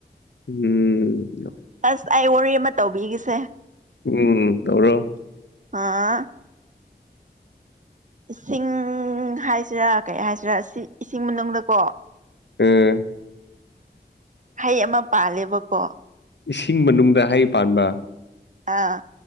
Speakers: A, on the left; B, on the right.
A: ꯎꯝ
B: ꯑꯁ ꯑꯩ ꯋꯥꯔꯤ ꯑꯃ ꯇꯧꯕꯤꯒꯦꯁꯦ
A: ꯎꯝ ꯇꯧꯔꯣ
B: ꯑꯥ ꯏꯁꯤꯡ ꯍꯥꯏꯁꯤꯔꯥ ꯀꯩ ꯍꯥꯏꯁꯤꯔꯥ ꯁꯥ ꯏꯁꯤꯡ ꯃꯅꯨꯡꯗꯀꯣ
A: ꯎꯝ
B: ꯍꯩ ꯑꯃ ꯄꯥꯜꯂꯦꯕꯀꯣ
A: ꯏꯁꯤꯡ ꯃꯅꯨꯡꯗ ꯍꯩ ꯄꯥꯟꯕ
B: ꯑꯥ